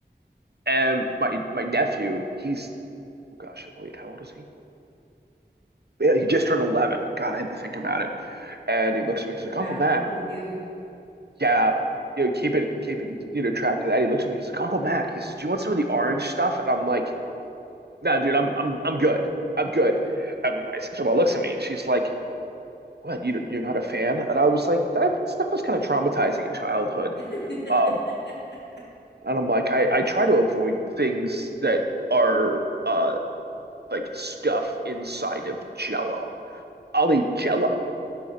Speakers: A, on the right; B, on the left.
A: And my my nephew, he's oh gosh, wait, how old is he? Yeah, he just turned 11. God, I had to think about it. And he looks at me, he's
B: Too
A: like,
B: bad,
A: Uncle Matt,
B: Uncle You.
A: yeah, you know, keep it keeping you know track of that. He looks at me, he's like, Uncle Mac, he says, Do you want some of the orange stuff? And I'm like, nah, dude, I'm I'm I'm good. I'm good. And my sister-in-law looks at me and she's like, "What? You you're not a fan?" And I was like, "That stuff was kind of traumatizing in childhood."
B: <laughs>
A: Um, and I'm like, I I try to avoid things that are uh like stuff inside of Jello. I'll eat Jello,